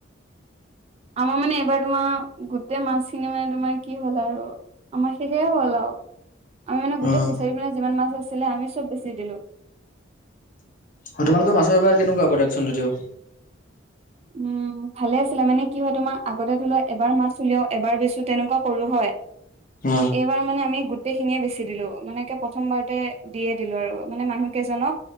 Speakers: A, on the right; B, on the left.
A: আমাৰ মানে এইবাৰ তোমাৰ গোতেই মাছখিনি মানে তোমাৰ কি হল আৰু আমাৰ শেষেই হ'ল আৰু আমি মানে গোটেই
B: অ'
A: ফিচাৰীত মানে যিমান মাছ আছিলে আমি চব বেছি দিলো।
B: হয় তোমালোকৰ মাছৰ বা কেনেকুৱা প্ৰদাকচন তেদিও।
A: উম ভালে আছিলে মানে কি হয় তোমাৰ আগতে ধৰি লোৱা এবাৰ মাছ উলিয়াও, এবাৰ বেচো তেনেকুৱা কৰো হয়
B: হ।
A: বাৰ মানে আমি গোটেইখিনিয়ে বেচি দিলো মানে কি প্ৰথমবাৰতে দিয়ে দিলো আৰু মানে মানুহকেইজনক